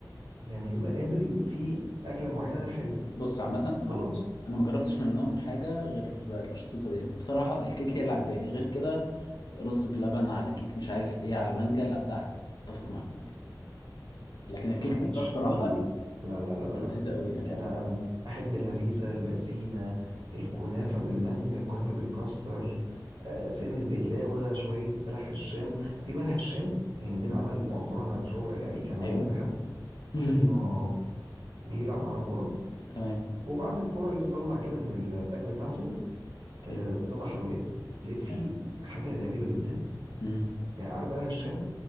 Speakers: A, on the right (about 75°); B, on the left (about 60°).
A: يعني بيبقى نازل في اكله معينه حلو
B: بص عامه انا
A: خلاص
B: م- انا ما جربتش منهم حاجه غير القشطوطه دي بصراحه الكيك هي اللي عجباني غير كده رز بلبن على كيك مش عارف ايه على مانجا لا ده عك اتفق معاك لكن الكيك
A: ما حبيتش
B: نفسها بصراحه
A: اي لا لا لا لا
B: لذيذه قوي يعني
A: انا انا احب الهريسه البسيمه الكنافه بالمانجا الكنافه بالكاستر آه، سنه بقلاوه شويه بلح الشام في بلح الشام يعني بيتعمل
B: ايوه
A: مؤخرا على شو يعني كان عندنا
B: ايوه
A: حد صاحبنا
B: <laughs>
A: جه يلعب معانا كوره
B: تمام
A: وبعد الكوره لقيته طلع كده من الباك بتاعته
B: اوكي
A: آه، طبق حلويات لقيت فيه
B: تمام
A: حاجه غريبه جدا
B: مم.
A: يعني عارف بلح الشام